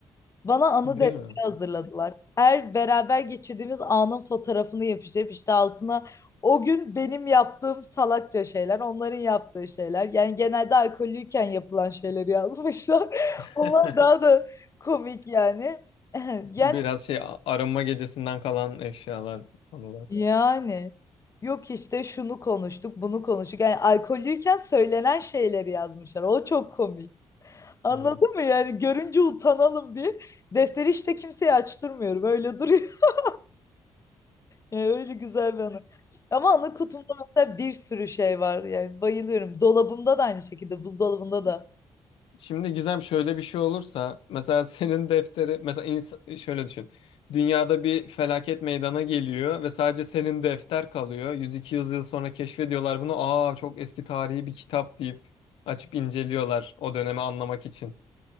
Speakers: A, on the left (about 35°); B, on the left (about 80°).
A: Bana anı
B: <laughs> Değil
A: defteri
B: mi?
A: hazırladılar. Her beraber geçirdiğimiz anın fotoğrafını yapıştırıp işte altına o gün benim yaptığım salakça şeyler, onların yaptığı şeyler. Yani genelde alkollüyken yapılan şeyleri yazmışlar. <laughs>
B: <laughs>
A: Onlar daha da komik yani. <clears throat> <laughs> Yani
B: Biraz şey arınma gecesinden kalan eşyalar, anılar.
A: Yani yok işte şunu konuştuk, bunu konuştuk. Yani alkollüyken söylenen şeyleri yazmışlar. O çok komik. Anladın
B: Hmm.
A: mı? Yani görünce utanalım diye defteri işte kimseye açtırmıyorum. Öyle duruyor. <laughs> Yani öyle güzel bir anı. Ama anı kutumda mesela bir sürü şey var. Yani bayılıyorum. Dolabımda da aynı şekilde, buzdolabında da.
B: Şimdi Gizem şöyle bir şey olursa mesela <laughs> senin defteri mesela ins- şöyle düşün. Dünyada bir felaket meydana geliyor ve sadece senin defter kalıyor. 100-200 yıl sonra keşfediyorlar bunu. Aa çok eski tarihi bir kitap deyip açıp inceliyorlar o dönemi anlamak için.